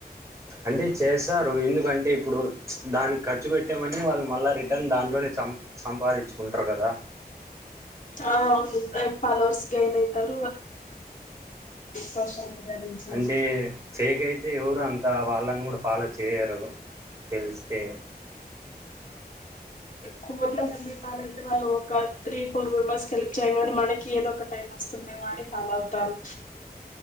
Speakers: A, on the right; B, on the left.
A: అంటే చేస్తారు ఎందుకంటే ఇప్పుడు దానికి ఖర్చు పెట్టామని వాళ్ళు మళ్ళా రిటర్న్ దాంట్లోనే సం సంపాదించుకుంటారు కదా
B: ఆ అవును ఫాలోవర్స్గా ఏనైతారు సోషల్ మీడియా నుంచి
A: అంటే ఫేక్ అయితే ఎవరు అంత వాళ్ళని కూడా ఫాలో చేయరు తెలిస్తే
B: కోర్ల మంపాల అయితే మనం ఒక త్రీ ఫోర్ మెంబర్స్ హెల్ప్ చేయ కానీ మనకి ఏదో ఒక టైం వస్తుందేమో అని ఫాలో అవుతారు